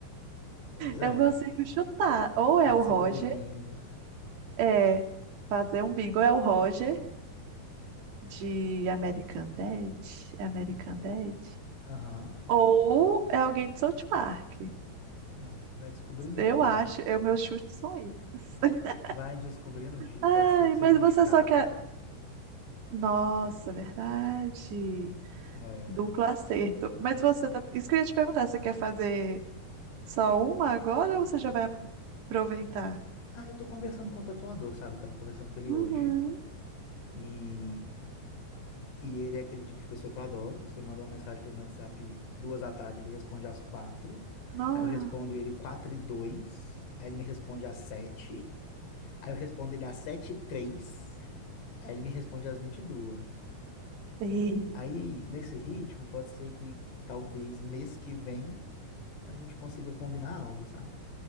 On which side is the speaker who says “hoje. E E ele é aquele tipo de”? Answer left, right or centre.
Left